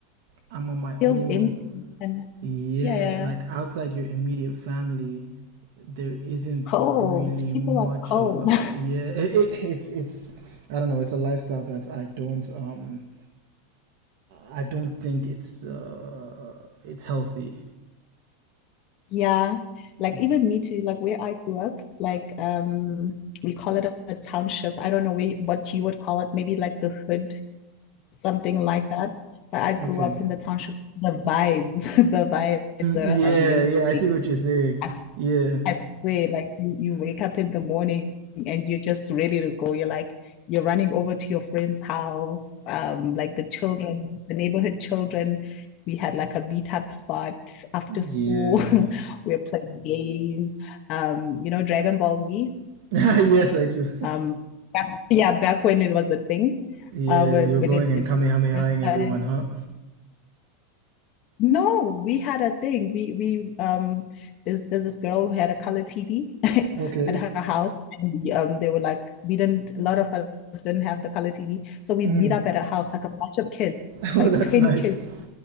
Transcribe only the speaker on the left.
Feels empty and
yeah, yeah.
It's cold.
People are cold.
<laughs>
Yeah. Like
even me too, like where I grew up, like um we call it a, a township. I don't know where, what you would call it, maybe like the hood something like that. But I grew
up in the township. The vibes, <laughs> the vibes are
amazing.
I
I swear, like you, you wake up in the morning and you're just ready to go. You're like, you're running over to your friend's house. Um, like the children, the neighborhood children, we had like a meetup spot after
school. <laughs> We We're playing games. Um, you know, Dragon Ball Z.
Um, back- yeah, back when it was a thing,
uh, when
when
it,
it
first started.
No, we had a thing. We we um there's there's this girl who had a color TV
<laughs> at her house and we um they were like we didn't a lot of us didn't have the color TV. So we'd
meet up at her house like a bunch of kids,
like
20
kids.